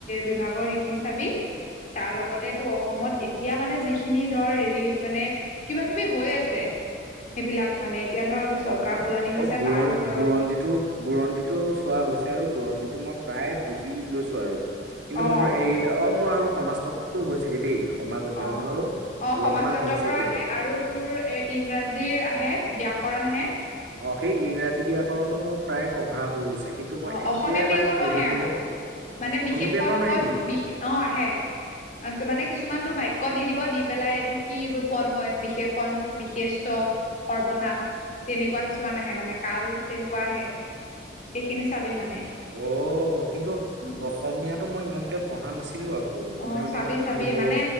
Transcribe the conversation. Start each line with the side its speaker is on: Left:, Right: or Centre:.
Left: বিভাগৰ সেইখিনি চাবি তাৰ লগতে তটো অসমত এতিয়া মানে যিখিনি ধৰ হেৰি মানে কিবা কিবি হৈ আছে সেইবিলাক মানে এতিয়া ধৰ চৰকাৰ
Right: অ মোক
Left: সলনি হৈছে
Right: অ বুৰ
Left: তাৰ ওপৰত
Right: বুৰঞ্জিতো বুৰঞ্জিতটো চোৱা হৈছে আৰু বুৰঞ্জিত মই প্ৰায় বুজি লৈছো আৰু কিন্তু
Left: অ
Right: মোৰ এই অ মোৰ আৰু সমাজত মোৰ হৈছেগে‌ দেই সমাজ অধ্যয়নৰো
Left: অ অ
Right: অলপমান
Left: সমাজত্বৰ
Right: হৈছেগে
Left: পৰা আহে আৰু তোৰ এ ইংৰাজীৰ আহে ব্যাক কৰা নাহে
Right: অ সেই ইংৰাজী ব্যাকৰণো মোৰ প্ৰায় পঢ়া হৈ গৈছে কিন্তু মই
Left: অ
Right: একেবাৰে
Left: অসমীয়া ব্যাকৰণো
Right: পঢ়িবলৈ
Left: আহে আকৌ মানে
Right: অসমীয়া
Left: বিশেষণ
Right: ব্যাকৰণ
Left: পদ
Right: আহে নেকি
Left: বিশ অ আহে মানে কিছুমান তোৰ বাক্য দিদি দিব‌ দি পেলাই এইটো কি পদ হয় বিশেষন বিশেষ্য‌ সৰ্বনাম তেনেকুৱা কিছুমান আহে মানে কাল তেনেকুৱা আহে সেইখিনি চাবি মানে
Right: অ কিন্তু
Left: অ
Right: অসমীয়াটো মই ইমানকে পঢ়া নাছিলো আকৌ অসমীয়া
Left: অ
Right: মানে
Left: চাবি
Right: কি
Left: চাবি
Right: হব
Left: মানে